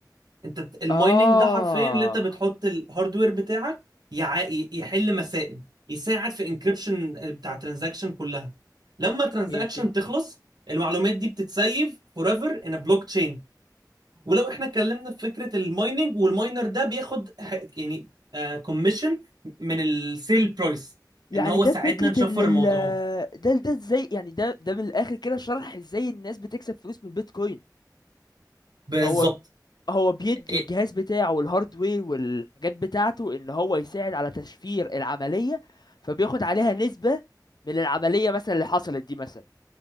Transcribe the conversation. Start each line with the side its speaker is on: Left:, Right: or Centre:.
Right: انت بت- المايننج
Left: اه
Right: ده حرفيا اللي انت بتحط الهاردوير بتاعك يع... ي- يحل مسائل يساعد في انكريبشن بتاع ترانزاكشن كلها لما ترانزاكشن
Left: اوكي اوكي
Right: تخلص المعلومات دي بتتسيف forever in a blockchain ولو احنا اتكلمنا في فكرة المايننج والماينر ده بياخد ح- يعني كوميشن من السيل برايس
Left: يعني
Right: ان هو
Left: ده
Right: ساعدنا
Left: فكرة
Right: نشفر
Left: ال ال-
Right: الموضوع ده
Left: ده ده ازاي يعني ده ده من الآخر كده شرح ازاي الناس بتكسب فلوس من البيتكوين
Right: بالظبط
Left: هو هو بيدي
Right: إيه،
Left: الجهاز بتاعه والهاردوير والحاجات بتاعته ان هو يساعد على تشفير العملية فبياخد عليها نسبة من العملية مثلا اللي حصلت دي مثلا